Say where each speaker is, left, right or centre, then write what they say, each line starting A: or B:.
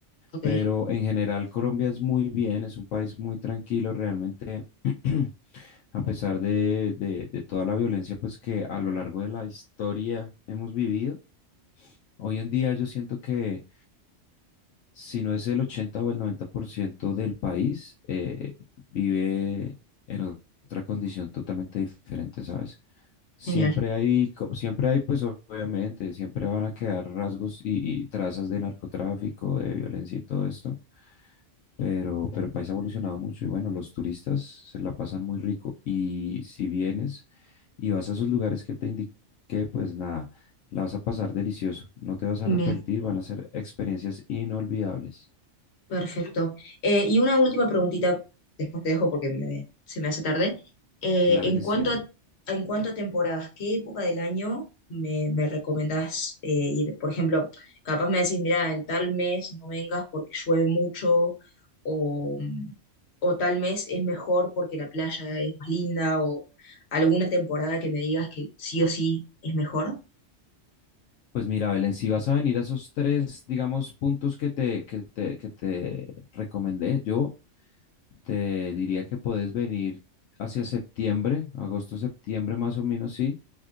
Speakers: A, on the left; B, on the left.
A: Ok,
B: Pero en general Colombia es muy bien, es un país muy tranquilo, realmente <clears throat> a pesar de, de, de toda la violencia pues que a lo largo de la historia hemos vivido, hoy en día yo siento que si no es el 80 o el 90% del país, eh, vive en o- otra condición totalmente diferente, ¿sabes? Siempre
A: genial.
B: hay, co- siempre hay, pues obviamente, siempre van a quedar rasgos y, y trazas de narcotráfico, de violencia y todo esto, pero, pero el país ha evolucionado mucho y bueno, los turistas se la pasan muy rico. Y si vienes y vas a esos lugares que te indiqué, pues nada, la vas a pasar delicioso. No te vas a
A: bien.
B: arrepentir, van a ser experiencias inolvidables.
A: Perfecto. Eh, y una última preguntita, después te dejo porque me- se me hace tarde. Eh,
B: Claro
A: en
B: que
A: cuanto
B: sí, Belén.
A: a, en cuanto a temporadas, ¿qué época del año me, me recomendás eh, ir? Por ejemplo, capaz me decís, mira, en tal mes no vengas porque llueve mucho, o, mm, o tal mes es mejor porque la playa es más linda, o alguna temporada que me digas que sí o sí es mejor.
B: Pues mira, Belén, si vas a venir a esos tres, digamos, puntos que te, que te, que te recomendé, yo te diría que puedes venir hacia septiembre, agosto, septiembre más o menos, sí